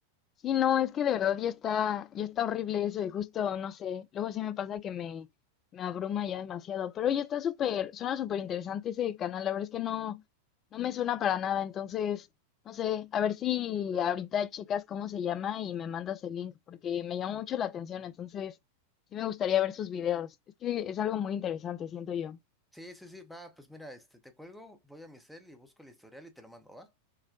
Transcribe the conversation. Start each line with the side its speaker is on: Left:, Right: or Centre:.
Left: Sí, no, es que de verdad ya está, ya está horrible eso y justo, no sé, luego sí me pasa que me, me abruma ya demasiado, pero ya está súper, suena súper interesante ese canal, la verdad es que no, no me suena para nada, entonces, no sé, a ver si ahorita checas cómo se llama y me mandas el link, porque me llama mucho la atención, entonces sí me gustaría ver sus videos, es que es algo muy interesante, siento yo.
Centre: Sí, sí, sí, va, pues mira, este, te cuelgo, voy a mi cel y busco el historial y te lo mando, ¿va?